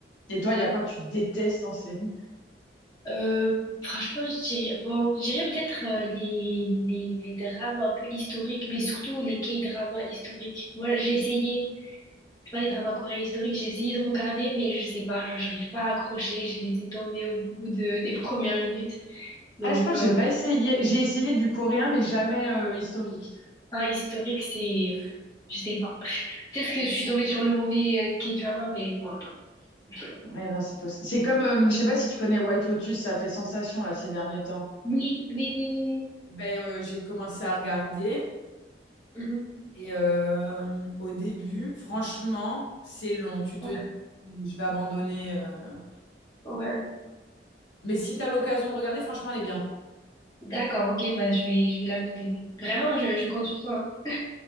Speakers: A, on the left (about 85°); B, on the left (about 20°).
A: Et toi,
B: ah
A: il y a
B: oui.
A: quoi que tu détestes en série?
B: Euh, franchement, je dirais, bon, je dirais peut-être euh, les, les, les drames un peu historiques, mais surtout les K-dramas historiques. Moi, j'ai essayé, tu vois, les dramas coréens historiques, j'ai essayé de regarder, mais je sais pas, je n'arrive pas à accrocher, j'ai laissé tomber au bout de, des <laughs> premières minutes. Donc,
A: Ah, je pense
B: euh,
A: que j'ai pas essayé. J'ai essayé du coréen, mais jamais euh, historique.
B: Ah, historique, c'est... Je sais pas. Peut-être que je suis tombée sur le mauvais euh, K-drama, mais bon, non. Je sais pas.
A: Ouais, non, c'est possible. C'est comme, euh, je sais pas si tu connais White Lotus, ça fait sensation là ces derniers temps.
B: Oui, oui, oui, oui,
A: Ben, euh, j'ai commencé à regarder.
B: oui. Mhm.
A: Et euh, au début, franchement, c'est long. Tu te
B: Ouais,
A: dis, je vais abandonner. euh.
B: ouais.
A: Mais si tu as l'occasion de regarder, franchement, elle est bien.
B: D'accord, ok, bah, je vais, je vais la noter. Vraiment, je, je compte sur toi. hein.